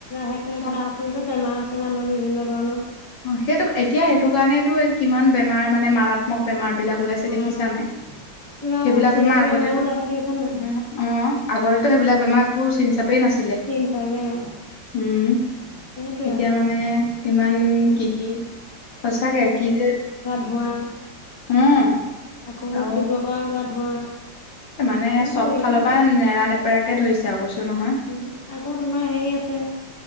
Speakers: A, on the left (about 20°); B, on the left (about 70°).
A: সেটোয়ে
B: চব
A: তাৰ ফলতে বেমাৰ হৈ বিভিন্ন ধৰণৰ
B: অ সেইটো এতিয়া সেইটো কাৰণেতো কিমান বেমাৰ মানে মাৰাত্মক বেমাৰ বিলাক ওলাইছে
A: মাৰ
B: দেখিছানে।
A: কিবা
B: সেইবিলাক
A: অচিনাকি
B: বেমাৰ আগতেটো
A: বেমাৰো ওলাইছে দেখিছা নাই
B: অ অ আগতেটো সেইবিলাক বেমাৰ একো চিন চাপেই নাছিল।
A: চিন চাবে নাই।
B: উম্
A: সেইটোৱে
B: এতিয়া
A: আৰু
B: মানে কিমান উম্
A: উম
B: কি কি সঁচাকে কি যে,
A: ম
B: উম
A: আকৌ
B: আৰু
A: উদ্ধোগব গ ধোৱা
B: মানে
A: সেইবোৰে
B: চব ফালৰ
A: মানে
B: পৰা নেৰা নেপেৰাকে ধৰিছে আৰু কৈছো নহয়।
A: উ আকৌ তোমাৰ হেৰি আছে